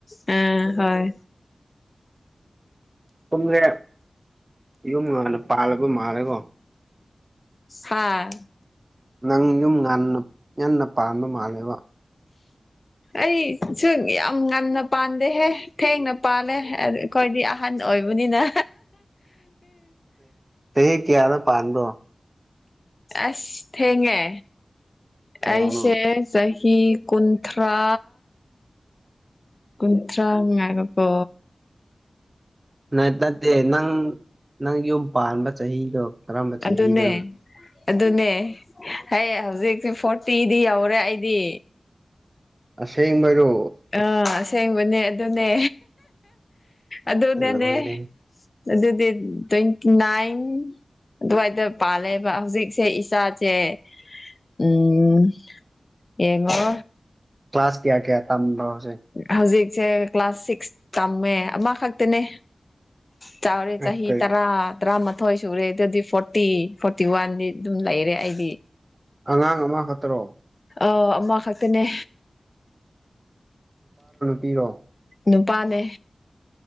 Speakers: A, on the left; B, on the right.
A: ꯑ ꯍꯣꯏ
B: ꯄꯨꯝꯁꯦ ꯌꯨꯝ ꯍꯥꯟꯅ ꯄꯥꯜꯂꯕ ꯃꯥꯜꯂꯦꯀꯣ
A: ꯍꯥꯥ
B: ꯅꯪ ꯌꯨꯝ ꯉꯟꯅ ꯉꯟꯅ ꯄꯥꯟꯕ ꯃꯥꯜꯂꯦꯕ
A: ꯑꯩꯁꯨ ꯌꯥꯝ ꯉꯟꯅ ꯄꯥꯟꯗꯦꯍꯦ ꯊꯦꯡꯅ ꯅꯨꯄꯥꯅꯦꯦ ꯑꯩꯈꯣꯏꯗꯤ ꯑꯍꯟ ꯑꯣꯏꯕꯅꯤꯅ
B: ꯆꯍꯤ ꯀꯌꯥꯗ ꯄꯥꯥꯟꯗꯣ
A: ꯑꯁ ꯊꯦꯡꯉꯦ
B: ꯀꯌꯥꯅꯣ
A: ꯑꯩꯁꯦ ꯀꯤ ꯀꯨꯟꯊ꯭ꯔꯥ ꯀꯨꯟꯊ꯭ꯔꯥꯉꯥꯏꯒ ꯄꯣ
B: ꯅꯠꯇꯦ ꯅꯪ ꯅꯪ ꯌꯨꯝ ꯄꯥꯟꯕ ꯆꯍꯤꯗꯣ ꯀꯔꯝꯕ ꯆꯍꯤꯗ
A: ꯑꯗꯨꯅꯦ ꯑꯗꯨꯅꯦ ꯍ ꯍꯧꯖꯤꯛꯁꯤꯦ ꯐꯣꯔꯇꯤꯗꯤ ꯌꯧꯔꯦ ꯑꯩꯗꯤ
B: ꯑꯁꯦꯡꯕꯔꯣ
A: ꯑꯥ ꯑꯁꯦꯡꯕꯅꯦ ꯑꯗꯨꯅꯦ ꯑꯗꯨꯅꯦꯅꯦ
B: ꯂꯣꯏꯔꯦ
A: ꯑꯗꯨꯗꯤ ꯇ꯭ꯋꯦꯟꯇꯤ ꯅꯥꯏꯟ ꯑꯗꯨꯋꯥꯏꯗ ꯄꯥꯜꯂꯦꯕ ꯍꯧꯖꯤꯛꯁꯦ ꯏꯁꯥꯁꯦ ꯎꯝ ꯌꯦꯉꯣ
B: ꯀ꯭ꯂꯥꯁ ꯀꯌꯥ ꯀꯌꯥ ꯇꯝꯕ꯭ꯔꯣ ꯍꯧꯖꯤꯛ
A: ꯍꯧꯖꯤꯛꯁꯦ ꯀ꯭ꯂꯥꯁ ꯁꯤꯛꯁ ꯇꯝꯃꯦ ꯑꯃꯈꯛꯇꯅꯦ ꯆꯋꯔ
B: ꯑꯦ
A: ꯆꯍꯤ
B: ꯀꯩ
A: ꯇꯔꯥ ꯇꯔꯥꯃꯥꯊꯣꯏ ꯁꯨꯔꯦ ꯑꯗꯨꯗꯤ ꯐꯣꯔꯇꯤ ꯐꯣꯔꯇꯤ ꯋꯥꯟꯗꯤ ꯑꯗꯨꯝ ꯂꯩꯔꯦ ꯑꯩꯗꯤ
B: ꯑꯉꯥꯡ ꯑꯃꯈꯛꯇꯔꯣ
A: ꯑ ꯑꯃ ꯈꯛꯇꯅꯦ
B: ꯄꯤꯔꯣ
A: ꯅꯨꯄꯥꯅꯦ